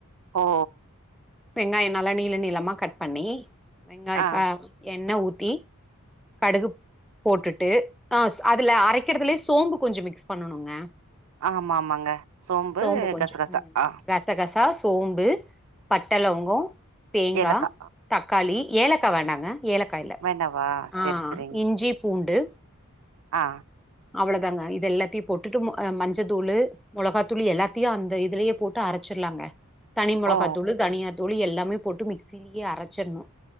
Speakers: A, on the right; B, in the centre.
A: ஓ
B: வெங்காயோ நல்லா நீள நீளமா கட் பண்ணி வெங்காயக்கா
A: ஆ
B: எண்ணெ ஊத்தி கடுகுப் போட்டுட்டு ஆஸ் அதுல அரைக்கிறதிலயே சோம்பு கொஞ்சோ மிக்ஸ் பண்ணணுங்க
A: ஆமா ஆமாங்க
B: சோம்பு கொஞ்சோ
A: கசகசா
B: ம்
A: ஆ
B: கசகசாஸ் சோம்பு பட்டலவங்கோ தேங்கா
A: ஏலக்கா
B: தக்காளி ஏலக்கா வேண்டாங்க ஏலக்கா இல்ல
A: வேண்டாவா
B: ஆ
A: செரி செரிங்
B: இஞ்சி பூண்டு
A: ஆ
B: அவ்ளோதாங்க இது எல்லாத்தியூ போட்டுட்டு மொ அ மஞ்ச தூளு மொளகாத்தூள் எல்லாத்தியூ அந்த இதுலேயே போட்டு அரச்சு ர்லாங்க தனி மொளகா
A: ஓ
B: தூளு தனியாத்தூளு எல்லாமே போட்டு மிக்சிலியே அரச்சிர்ணு